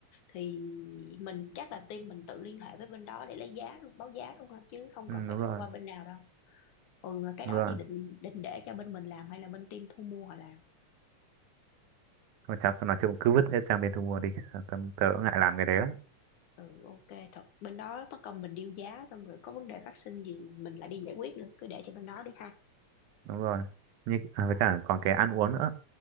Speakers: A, on the left; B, on the right.
A: thì mình chắc là team mình tự liên hệ với bên đó để lấy giá luôn báo giá luôn ha chứ không
B: ừ,
A: cần phải
B: đúng
A: thông
B: rồi
A: qua bên nào đâu ừ mà cái
B: đúng
A: đó
B: rồi
A: thì định định để cho bên mình làm hay là bên team thu mua họ làm
B: Thôi chắc nói chung cứ vứt hết sang bên thu mua đi tớ, tớ ngại làm cái đấy lắm
A: ừ ok thật bên đó mất công mình điêu giá xong rồi có vấn đề phát sinh gì mình lại đi giải quyết nữa cứ để cho bên đó đi ha
B: đúng rồi như à,
A: ờ.
B: với cả còn cái ăn uống nữa